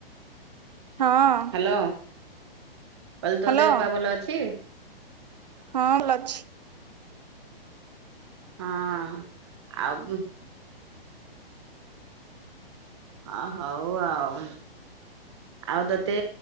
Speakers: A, on the right (about 45°); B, on the right (about 25°).
A: ହଁ।
B: ହାଲୋ କହିଲି
A: ହ୍ୟାଲୋ
B: ତୋ ଦେହ ପା ଭଲ ଅଛି?
A: ହଁ ଭଲ ଅଛି।
B: ହଁ ଆଉ ହ ହଉ ଆଉ। ଆଉ ତତେ